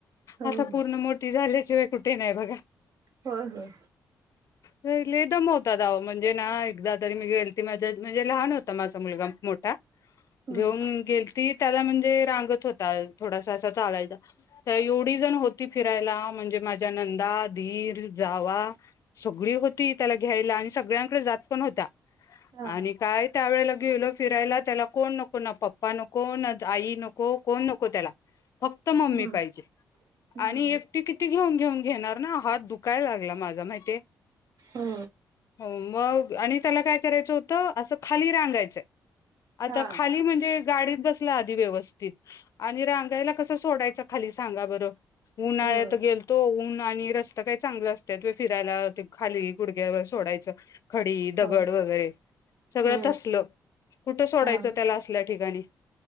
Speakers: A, on the right (about 65°); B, on the left (about 60°).
A: हो
B: आता पूर्ण
A: हो
B: मोठी झाली. शिवाय कुठे नाही बघा.
A: होय होय.
B: लय दमवता आहो म्हणजे ना एकदा तरी मी गेलती मी माझ्या म्हणजे लहान होता माझा मुलगा मोठा.
A: हम्म
B: घेऊन गेलतीत त्याला म्हणजे रांगत होता थोडा असा चालायचा त एवढी जन होती फिरायाला म्हणजे माझ्या नंदा धीर जावा संगळी होती त्याला घ्यायला आणी सगळ्यांनकडे जात पण होता.
A: हा
B: आणि काय त्या वेळेला गेलो फिरायलात. त्याला कोण नक कोण पप्पा नो कोणच आई नको कोण नको त्याला फक्त मम्मी
A: हम्म
B: पाहिजे
A: हम्म
B: आणि एकटी किती घेऊन घेऊन घेणार ना हात दुखायला लागला माझा. तुला माहिती हे.
A: हो
B: हो मग. आणि त्याला काय करायचं होतं, असं खाली रांगायचंय आता
A: हा
B: खाली म्हणजे. गाडीत बसला आधी व्यवस्थित. आणि रांगायला कसं सोडायच खाली सांगा बरं उन्हाळ्यात
A: हो
B: गेलतो ऊन आणि रस त काही चांगलं असते, तु फिरायला ते खाली गुडग्यावर सोडायचं. खडी, दगड,
A: हो
B: वगैरे सगळं
A: हो
B: ठसलं कुठं सोडायचं.
A: हा
B: त त्याला असल्या ठिकाणी.